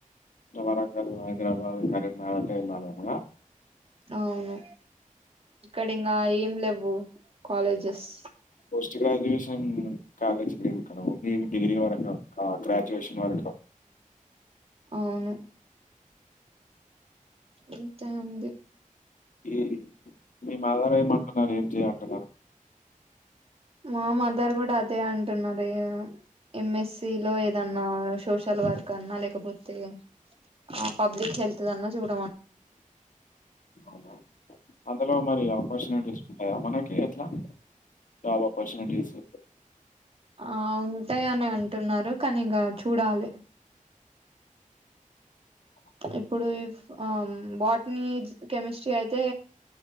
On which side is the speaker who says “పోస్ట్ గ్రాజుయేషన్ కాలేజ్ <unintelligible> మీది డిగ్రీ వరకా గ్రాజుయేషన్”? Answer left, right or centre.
Left